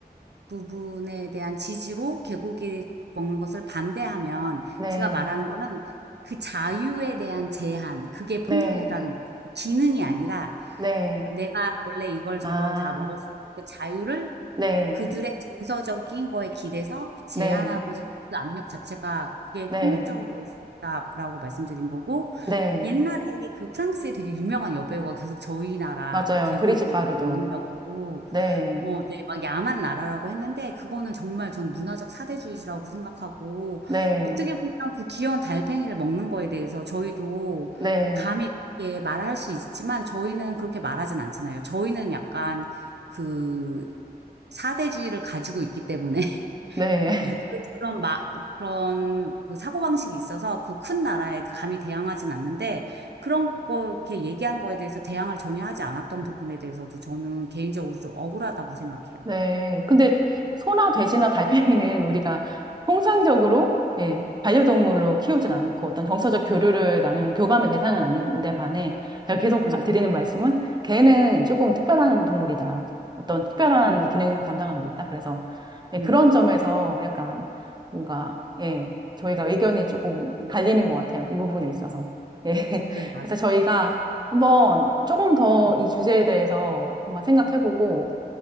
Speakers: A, on the right (about 90°); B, on the right (about 25°).
A: 부분에 대한 지지로 개고기 먹는 것을 반대하면
B: 네,
A: 제가 말하는 거는 그 자유에 대한 제한, 그게 폭력이라는
B: 네,
A: 거죠. 그 기능이 아니라
B: 네,
A: 내가 원래 이걸 저걸
B: 아,
A: 다 먹었을 때 자유를
B: 네,
A: 그들의 정서적인 거에 기대서 제한하고자
B: 네,
A: 하는 그 압력 자체가 그게
B: 네,
A: 폭력적으로 볼 수 있다라고 말씀드린 거고
B: 네,
A: 옛날에 그 프랑스의 되게 유명한 여배우가 계속 저희 나라
B: 맞아요.
A: 계곡이
B: 브리짓 바르도.
A: 먹는다고
B: 네,
A: 어, 네, 막 야만 나라라고 했는데, 그거는 정말 전 문화적 사대주의라고 생각하고,
B: 네,
A: 어떻게 보면 그 귀여운 달팽이를 먹는 거에 대해서 저희도
B: 네,
A: 감히 그렇게 말할 수 있지만, 저희는 그렇게 말하진 않잖아요. 저희는 약간 그 사대주의를 가지고 있기 때문에, <laughs>
B: 네.
A: 이, 그- 그런 마, 그런 그 사고방식이 있어서 그 큰 나라에 감히 대항하진 않는데, 그런 거 이렇게 얘기하는 거에 대해서 대항을 전혀 하지 않았던 부분에 대해서도 저는 개인적으로 좀 억울하다고 생각해요.
B: 네. 근데 소나 돼지나 달팽이는 우리가 통상적으로 예, 반려동물로 키우진 않고 어떤 정서적 교류를 나누는 교감의 대상은 아닌데 반해 제가 계속
A: 음,
B: 하- 드리는 말씀은 개는 조금 특별한 동물이다. 어떤 특별한
A: 음,
B: 기능을 담당하고 있다. 그래서 예,
A: 음,
B: 그런 점에서 약간 뭔가 예, 저희가 의견이 조금
A: 음.
B: 갈리는 것 같아요. 이 부분에 있어서. 예. <laughs>
A: 네, 맞아요.
B: 그래서 저희가 한번 조금 더
A: 음,
B: 이 주제에 대해서 한번 생각해보고